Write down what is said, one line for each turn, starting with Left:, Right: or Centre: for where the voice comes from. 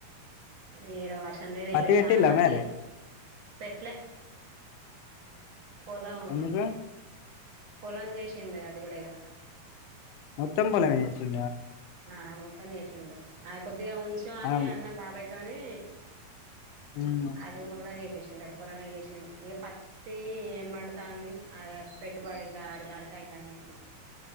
Right: ఈడ వర్షం లేదు ఏం
Left: పత్తి
Right: లేదు
Left: పెట్టిల్లా
Right: చాలామంది
Left: మరి
Right: పెట్టలే పొలం
Left: ఎందుకు
Right: పొలం చేసింది అది కూడా ఇక
Left: మొత్తం పోలే చేసిందా
Right: ఆ మొత్తం చేసిండు ఆ కొద్దిగా ఉంచమన్నావు
Left: ఆ
Right: మరి బాబాయ్తోని
Left: మ్మ్
Right: అది గూడా చేసేసిండు పొలమే చేసిండు ఇగ పత్తి ఏం పండుతుంది <unintelligible> వాడికి ఆడి కాడికి అయితాని